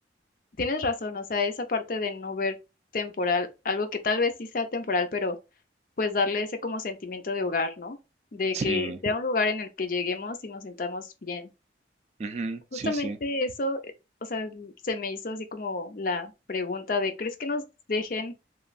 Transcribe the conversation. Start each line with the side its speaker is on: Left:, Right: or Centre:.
Left: Tienes razón, o sea, esa parte de no ver temporal, algo que tal vez sí sea temporal, pero pues darle ese como sentimiento de hogar, ¿no? De
Right: sí,
Left: que sea un lugar en el que lleguemos y nos sintamos bien.
Right: ujú, sí,
Left: Justamente
Right: sí.
Left: eso, eh, o sea, se me hizo así como la pregunta de, ¿crees que nos dejen